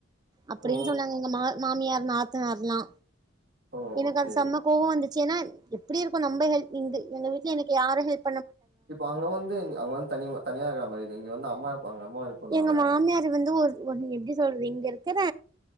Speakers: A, on the right (about 20°); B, on the right (about 50°).
A: அப்படின்
B: ஓ
A: சொன்னாங்க எங்க மா மாமியாார் நாத்தனாரல்லா
B: ஓ
A: எனக்கு
B: ஓகே
A: அது செம்ம கோவோ வந்துர் சுன்னா எப்டி இருக்கு நம்ப ஹெல்ப் நீங்க எங்க வீட்ல எனக்கு யாரு ஹெல்
B: இப்ப அங்க வந்து அங்க வந்து தனி தனியாகுற மாரி இங்க வந்து அம்மா இருப்பாங்க அம்மா ஹெல்ப் பண்ணுவாங்க
A: எங்க மாமியாரு வந்து ஒரு ஒரு எப்டி சொல்றது இங்க இருக்குற